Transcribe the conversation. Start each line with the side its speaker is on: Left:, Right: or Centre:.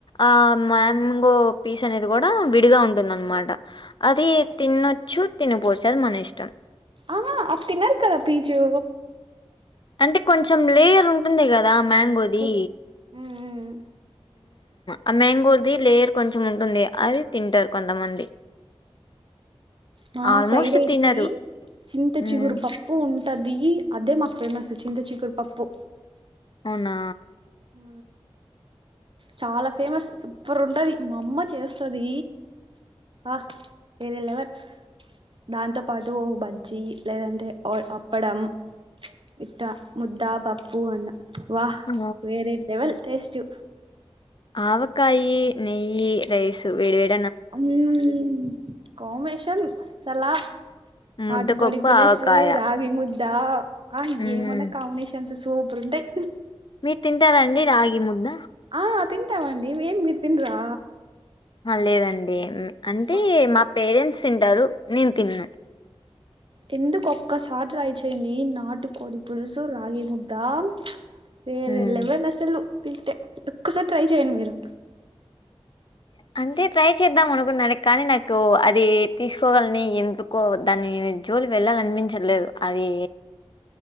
Left: ఆ మ్యాంగో పీస్ అనేది కూడా విడిగా ఉంటుంద అనమాట అది తిన్న చూ <unintelligible> అది మన ఇష్టం
Right: ఆ ఆది తిన్నారు కదా పీజు
Left: అంటే కొంచెం లేయర్ ఉంటుంది కదా మంగోది
Right: ఓహో ఉమ్
Left: ఆ మ్యాంగోది లేయర్ కొంచెం ఉంటుంది అది తింటారు కొంతమంది
Right: మా
Left: ఆల్మోస్ట్
Right: సైడ్ అయితి
Left: తినరు.
Right: చింత
Left: హ్మ్.
Right: చిగురు పప్పు ఉంటది అదే మాకు ఫేమస్ చింత చికురుపప్పు
Left: అవునా
Right: ఉ చాలా ఫేమస్ సూపర్ ఉంటది మా అమ్మ చేస్తుంది వ లెవెల్ దాంతో పాటు ఓ బజ్జి లేదంటే అప్పడం ఇట్ట ముద్ద పప్పు అన్న వాహ్
Left: ఆ!
Right: వేరే లెవెల్ టెస్టు
Left: ఆవకాయి నెయ్యి రైస్ వేడి వేడ్
Right: ఉమ్ కామ్ షన్ అస్సల్లా నాటి
Left: ముద్దపప్పు,
Right: కోడి పులిసు
Left: ఆవకాయ.
Right: రాగి ముద్ద దా ఆ
Left: హ్మ్.
Right: ఏమనా కాంబినేషన్స్ సుప్ ప్రుంటాయి
Left: మీరు తింటరాండి రాగి ముద్ద
Right: ఆ తింటామండి ఏం మీరు తినరా
Left: ఆ! లేదండి అంటే
Right: అబ్బా
Left: మా పేరెంట్స్ తింటారు నేను తిన్ను
Right: ఎందుకు ఒక్కసారి ట్రై చేయండి నాటుకోడి పులుసు రాగి ముద్దా వేరే
Left: హ్మ్.
Right: లెవెల్ అస్సలు తింటే ఒక్కసారి ట్రై చేయండి మీరు
Left: అంటే ట్రై చేద్దాం అనుకున్నది కానీ నాకు అది తీసుకోవాలని ఎందుకో దాని జోలి వెళ్లాలనిపించట్లేదు అదీ